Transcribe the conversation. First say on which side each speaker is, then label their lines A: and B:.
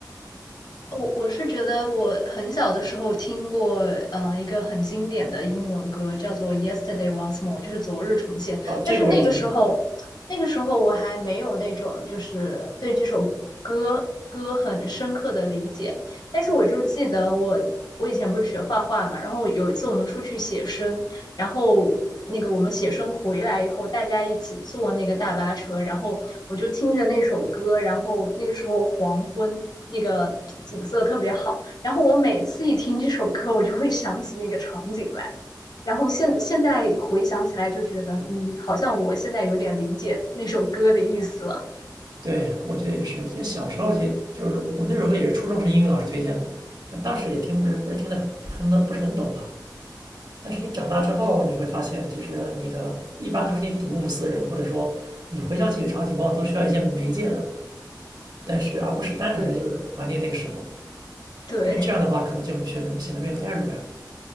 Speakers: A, on the left; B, on the right.
A: 我我是觉得我很小的时候听过，呃，一个很经典的英文歌叫做《Yesterday Once More》，就是昨日重现。
B: 哦，
A: 但是那个时候，
B: 这个我也听过，
A: 那个时候我还没有那种就是对这首歌歌很深刻的理解。但是我就记得我我以前不是学画画嘛，然后有一次我们出去写生，然后那个我们写生回来以后，大家一起坐那个大巴车，然后我就听着那首歌，然后那个时候黄昏，那个景色特别好。然后我每次一听这首歌，我就会想起那个场景来。然后现现在回想起来，就觉得嗯，好像我现在有点理解那首歌的意思了。
B: 对，我觉得也是，就小时候就就是我那首歌也是初中是英语老师推荐的，但当时也听不是不是听得很很不是很懂吧，但是你长大之后，
A: 嗯，
B: 你会发现，其实你的一般都是你睹物思人，或者说你回想起一个场景，往往都需要一些媒介，但是而不是单纯的就是怀念那个时候，
A: 对对
B: 因为这样的话可能就显得显得没有代入感。